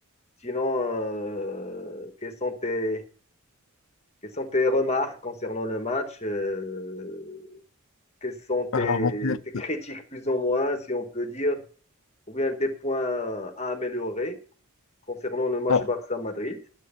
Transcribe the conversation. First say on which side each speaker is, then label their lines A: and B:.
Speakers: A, on the left; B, on the left.
A: Sinon, euh, quelles sont tes, quelles sont tes remarques concernant le match? euh, quelles sont tes,
B: Alors, en fait,
A: tes critiques, plus ou moins, si on peut dire, ou bien des points à améliorer concernant le match
B: ah,
A: Barça-Madrid?